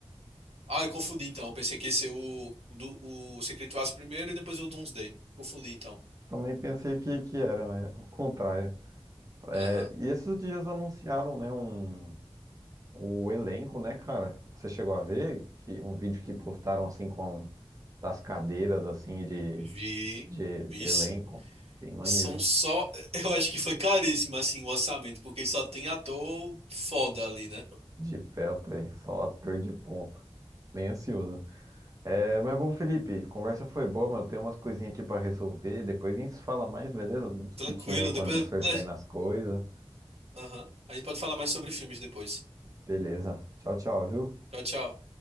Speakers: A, on the right; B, on the right.
A: Ah, eu confundi então. Eu pensei que ia ser o, o, do- o Secret Wars primeiro e depois o Doomsday. Confundi então.
B: Também pensei que, que era, né? O contrário. É,
A: Aham.
B: e esses dias anunciaram, né, um, o elenco, né, cara? Você chegou a ver que um vídeo que postaram assim com das cadeiras assim de,
A: Vi.
B: de
A: Vi.
B: elenco?
A: se-
B: Bem maneiro.
A: São só. <laughs> Eu acho que foi caríssimo assim o orçamento, porque só tem ator foda ali, né?
B: De perto, hein? Só ator de ponta. Bem ansioso. É, mas bom, Felipe, conversa foi boa, mas eu tenho umas coisinhas aqui pra resolver. Depois a gente se fala mais, beleza? Vamos discutindo
A: Tranquilo.
B: aí quando
A: Depois.
B: for
A: a-
B: saindo as coisas.
A: Aham. A gente pode falar mais sobre filmes depois.
B: Beleza. Tchau, tchau, viu?
A: Tchau, tchau.